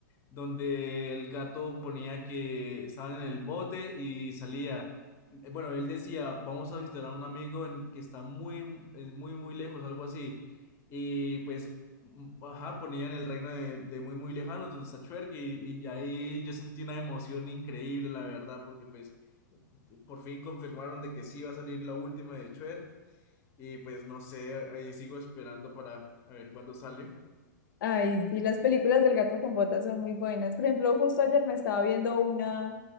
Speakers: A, on the left (about 25°); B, on the left (about 75°).
A: donde el gato ponía que estaban en el bote y salía. Eh, Bueno, él decía, vamos a visitar a un amigo en- que está muy, eh, muy, muy lejos, algo así. Y pues, mm, ajá, ponía en el reino de, de muy, muy lejanos, donde está Chuerg, y, y ya ahí yo sentí una emoción increíble, la verdad, porque pues por fin confirmaron de que sí iba a salir la última de Chuerg. Y pues no sé, ahí sigo esperando para a ver cuándo sale.
B: ay, sí, las películas del gato con botas son muy buenas. Por ejemplo, justo ayer me estaba viendo una